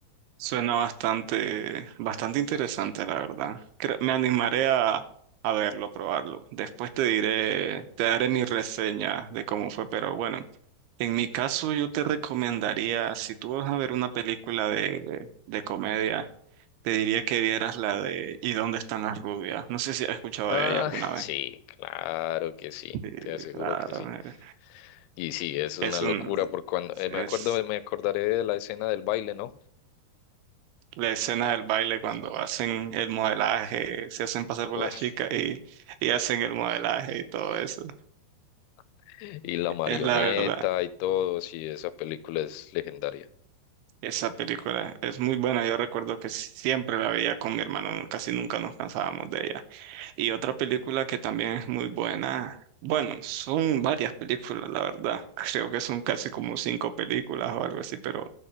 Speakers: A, on the right (about 80°); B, on the left (about 90°).
A: Suena bastante, bastante interesante, la verdad. Creo- me animaré a, a verlo, probarlo. Después te diré, te daré mi reseña de cómo fue, pero bueno, en mi caso yo te recomendaría, si tú vas a ver una película de, de, de comedia, te diría que vieras la de ¿Y dónde están las rubias? No sé si has escuchado
B: Ah,
A: de ella alguna vez.
B: sí, claro que sí,
A: Sí,
B: te aseguro
A: claro.
B: que sí.
A: eh,
B: Y sí, es una
A: Es
B: locura,
A: un,
B: porque cuando eh,
A: es
B: me acuerdo, me acordaré de la escena del baile, ¿no?
A: la escena del baile cuando hacen el modelaje, se hacen pasar por
B: Uf,
A: las chicas y, y hacen el modelaje y todo eso.
B: <laughs> y la marioneta
A: Es la verdad,
B: y todo, sí, esa película es legendaria.
A: esa película es muy buena. Yo recuerdo que siempre la veía con mi hermano, no- casi nunca nos cansábamos de ella. Y otra película que también es muy buena. Bueno, son varias películas, la verdad. Creo que son casi como cinco películas o algo así, pero